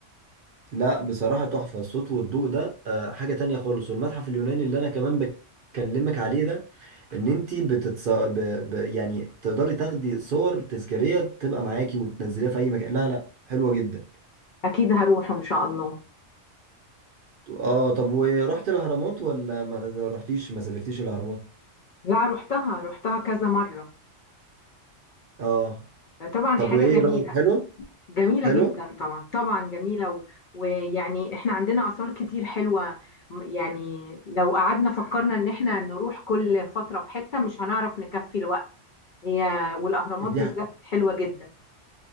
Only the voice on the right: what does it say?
لا بصراحة تحفة الصوت والضوء ده آه، حاجة تانية خالص والمتحف اليوناني اللي انا كمان بكلمك عليه ده ان انت بتتص... ب... ب... يعني تقدري تاخدي صور تذكارية تبقى معاكي وتنزليها في اي مكان لا لا حلوة جدا
اه طب ورحت الاهرامات ولا ما رحتيش ما سافرتيش الاهرامات
اه
طب
وايه
رأيك حلو
حلو
دي